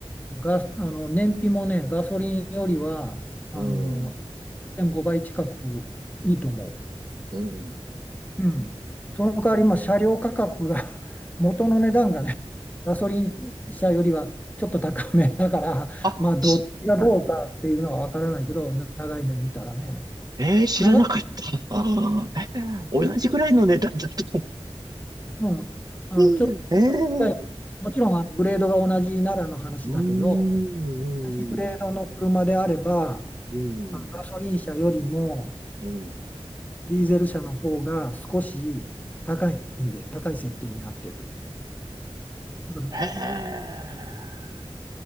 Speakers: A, on the left (about 15°); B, on the right (about 40°).
A: ガ、あの燃費もね、ガソリンよりはあの1.5倍近く
B: うん、
A: いいと思
B: うん。
A: う。うん。その代わり、まあ、車両価格が <laughs> 元の値段がね、ガソリン車よりはちょっと高めだから、
B: あ、
A: まあ、どっちがどうかっていうのは分からないけど、
B: し
A: 長い目で見たらね。
B: えー、知らなかった。
A: 長い、
B: <laughs> あーえ同じぐらいの値段だと
A: うん、あのちょっ
B: うんええ
A: とはいもちろんあのグレードが同じならの話だけど、
B: うーん、
A: 同じグレードの車であれば、
B: うん、
A: あのガソリン車よりも
B: うん。
A: ディーゼル車の方が少し高いんです。高い設定になってる。だから、
B: へえ、